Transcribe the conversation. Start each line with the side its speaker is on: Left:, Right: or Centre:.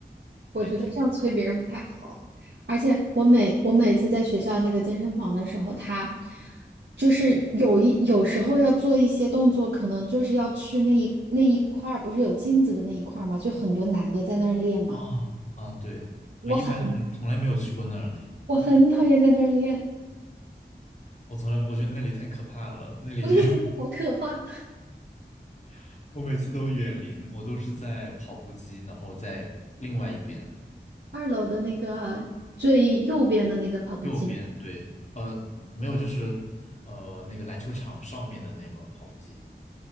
Right: 我觉得这样催别人不太好。
Left: 脸皮薄
Right: 而且我每我每次在学校那个健身房的时候，他就是有一有时候要做一些动作，可能就是要去那一那一块儿，不是有镜子的那一块儿嘛，就很多男的在那儿练嘛。
Left: 啊啊，对，
Right: 我很
Left: 我一般我从来没有去过那里，
Right: 我很讨厌在那儿练，
Left: 我从来我觉得那里太可怕了，那里就
Right: 我也觉得好可怕。
Left: <laughs> 我每次都远离那，我都是在跑步机，然后在另外一边。
Right: 二楼的那个啊最右边的那个跑步机，
Left: 右边，对，呃，没有，就是呃那个篮球场上面的那个跑步机，